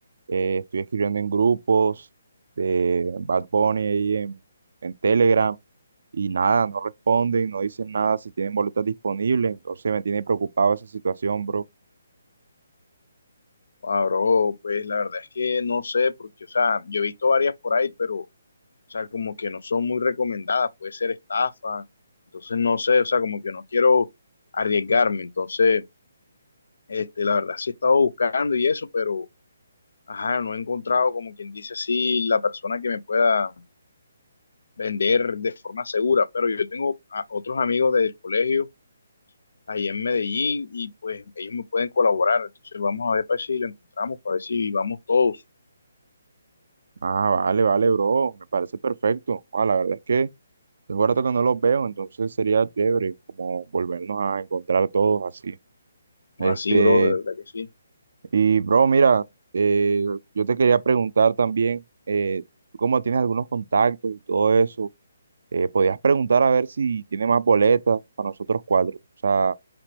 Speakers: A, on the right; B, on the left.
A: eh, estoy escribiendo en grupos de Bad Bunny ahí en, en Telegram y nada, no responden, no dicen nada si tienen boletas disponibles, entonces me tiene preocupado esa situación, bro.
B: Ah, bro, pues la verdad es que no sé, porque, o sea, yo he visto varias por ahí, pero, o sea, como que no son muy recomendadas, puede ser estafa. Entonces, no sé, o sea, como que no quiero arriesgarme. Entonces... Este, la verdad sí he estado buscando y eso, pero ajá, no he encontrado, como quien dice así, la persona que me pueda vender de forma segura. Pero yo tengo a otros amigos del colegio ahí en Medellín y pues ellos me pueden colaborar. Entonces vamos a ver para si lo encontramos, para ver si vamos todos.
A: Ah, vale, vale, bro, me parece perfecto. Ah, la verdad es que tengo rato que no los veo, entonces sería chévere como volvernos a encontrar todos así.
B: No
A: Este,
B: así, bro, de verdad que sí.
A: y bro, mira, eh, yo te quería preguntar también, eh, tú como tienes algunos contactos y todo eso, eh, podías preguntar a ver si tiene más boletas para nosotros cuatro. O sea,